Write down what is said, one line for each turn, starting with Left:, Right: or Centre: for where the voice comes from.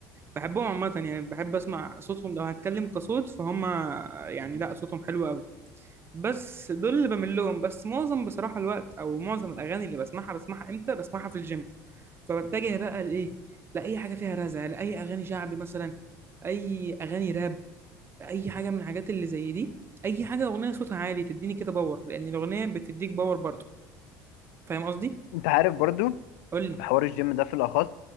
Right: بحبهم عامه يعني بحب اسمع صوتهم لو هتكلم كصوت فهم يعني لا صوتهم حلو قوي بس دول اللي بميل لهم بس معظم بصراحه الوقت او معظم الاغاني اللي بسمعها بسمعها امتى بسمعها في الجيم فبتجه بقى لايه لاي حاجه فيها رزع لاي اغاني شعبي مثلا اي اغاني راب اي حاجه من الحاجات اللي زي دي اي حاجه اغنيه صوتها عالي تديني كده باور لان الاغنيه بتديك باور برضه فاهم قصدي
Left: انت عارف برضو
Right: قول لي
Left: بحوار الجيم ده في الأخص